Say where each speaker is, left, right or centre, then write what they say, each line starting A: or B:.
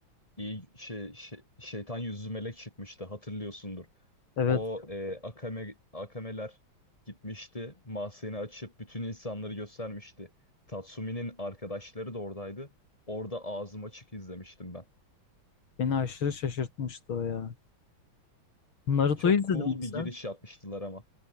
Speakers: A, on the left (about 15°); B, on the left (about 80°).
A: iyi şey, şey- şeytan yüzlü melek çıkmıştı hatırlıyorsundur.
B: Evet,
A: O e, akame akameler gitmişti. Mahzeni açıp bütün insanları göstermişti. Tatsumi'nin arkadaşları da oradaydı. Orada ağzım açık izlemiştim ben.
B: beni aşırı şaşırtmıştı o ya. Naruto'yu
A: Çok
B: izledin
A: cool
B: mi
A: bir
B: sen?
A: giriş yapmıştılar ama.